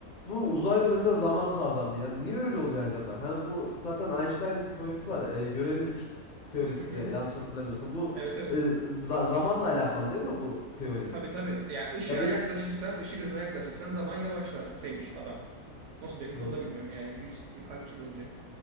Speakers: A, on the left; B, on the right.
A: Bu uzayda mesela zaman kavramı yani niye öyle oluyor acaba? Yani bu zaten Einstein'ın bir teorisi var. E, görelilik teorisi
B: Hı hı.
A: de yanlış hatırlamıyorsam. Bu
B: Evet evet.
A: e, za- zamanla alakalı değil mi bu teori?
B: Tabii tabii. Yani ışığa
A: Ya ben
B: yaklaşırsan, ışık hızına yaklaşırsan zaman yavaşlar demiş adam. Nasıl demiş
A: hmm.
B: onu da bilmiyorum yani. Yüz, kaç yıl önce?